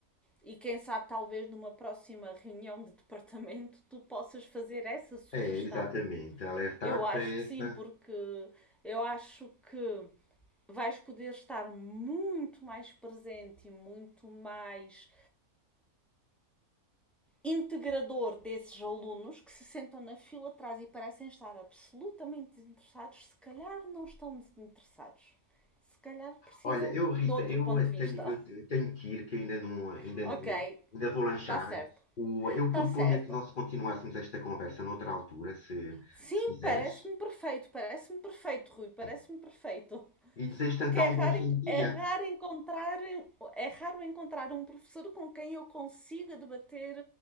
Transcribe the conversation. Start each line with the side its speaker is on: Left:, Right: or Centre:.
Centre: E quem sabe, talvez numa próxima reunião de departamento tu possas fazer essa sugestão.
Left: É, exatamente, alertar
Centre: Eu acho
Left: para essa,
Centre: que sim, porque eu acho que vais poder estar muito mais presente e muito mais integrador desses alunos que se sentam na fila atrás e parecem estar absolutamente desinteressados, se calhar não estão desinteressados. Se calhar precisam
Left: Olha, eu, Rita,
Centre: de outro
Left: eu
Centre: ponto de
Left: tenho,
Centre: vista.
Left: eu te- tenho que ir, que eu ainda não,
Centre: <laughs>
Left: ainda,
Centre: ok,
Left: ainda vou lanchar.
Centre: está certo.
Left: O, eu
Centre: Está
Left: proponho
Centre: certo.
Left: que nós continuássemos esta conversa noutra altura, se,
Centre: Sim,
Left: se quiseres.
Centre: parece-me perfeito, parece-me perfeito, Rui, parece-me
Left: É.
Centre: perfeito.
Left: E desejo-te
Centre: Porque
Left: então
Centre: é raro,
Left: um bom fim
Centre: en-
Left: de
Centre: é
Left: dia.
Centre: raro encontrar, é raro encontrar um professor com quem eu consiga debater